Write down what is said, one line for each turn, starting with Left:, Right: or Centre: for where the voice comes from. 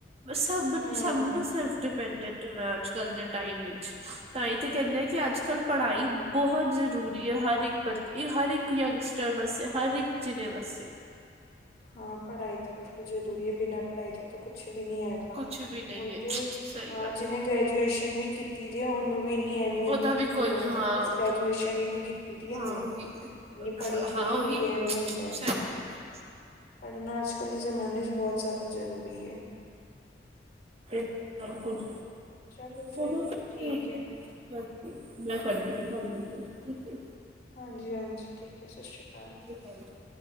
Right: ਸਬ,
Left: ਹਮ
Right: ਸਬ ਨੂੰ ਸੈਲਫ ਡਿ ਪੈਂਡੈਂਟ ਹੋਣਾ ਅੱਜ-ਕੱਲ ਦੇ ਟਾਈਮ ਚ, ਤਾਂ ਈ ਤੇ ਕੈਂਦੇ ਆ ਕਿ ਅੱਜ-ਕੱਲ ਪੜ੍ਹਾਈ ਬਹੁਤ ਜ਼ਰੂਰੀ ਐ ਹਰ ਇੱਕ ਬ ਹਰ ਇੱਕ ਯੰਗਸਟਰ ਵਾਸਤੇ ਹਰ ਇੱਕ ਜਨੇ ਵਾਸਤੇ।
Left: ਹਾਂ ਪੜ੍ਹਾਈ ਤੇ ਬਿਲਕੁਲ ਜ਼ਰੂਰੀ ਐ, ਬਿਨਾਂ ਪੜ੍ਹਾਈ ਤੇ ਤਾਂ ਕੁੱਛ ਵੀ ਨੀ ਹੈ।
Right: ਕੁਛ ਵੀ ਨਹੀਂ
Left: ਹੁਣ
Right: ਹੈ
Left: ਤੇ
Right: ਸਹੀ
Left: ਹਾਂ
Right: ਗੱਲ
Left: ਜਿਨੇ
Right: ਹੈ।
Left: ਗ੍ਰੈਜੂਏਸ਼ਨ ਵੀ ਕੀਤੀ ਦੀ ਏ ਉਨੂੰ ਵੀ ਐ ਮਿਆਰ
Right: ਉਹਦਾ
Left: ਨੀ
Right: ਵੀ
Left: ਦਿੱਤੀ
Right: ਕੋਈ
Left: ਜਾਂਦੀ
Right: ਹਾਂ
Left: ਕਿ ਬਸ ਗ੍ਰੈਜੂਏਸ਼ਨ ਈ ਤੇ ਕੀਤੀ ਦੀ ਇਨੇ।
Right: ਹਾਂ ਉਹੀ
Left: ਪੜ੍ਹੀ ਥੋੜ੍ਹੀ
Right: ਹਾਂ ਉਹੀ
Left: ਹੋਈ ਐ, ਐਵੇਂ ਹੁੰਦਾ।
Right: ਸਹੀ ਗੱਲ ਹੈ
Left: ਪੜ੍ਹਨਾ ਅੱਜ-ਕੱਲ੍ਹ ਦੇ ਜ਼ਮਾਨੇ ਚ ਬੌਤ ਜ਼ੈਦਾ ਜ਼ਰੂਰੀ ਐ।
Right: ਤੇ ਸਬ ਕੁਛ
Left: ਚਲੋ
Right: <unintelligible>
Left: ਫਿਰ ਠੀਕ ਹੈ
Right: ਮੈਂ ਕਰਦੀ ਆ ਤੁਆਨੂੰ, ਠੀਕ ਏ।
Left: ਹਾਂਜੀ-ਹਾਂਜੀ ਠੀਕ ਐ, ਸਾਸ਼੍ਰੀ ਕਾਲ।
Right: <inaudible>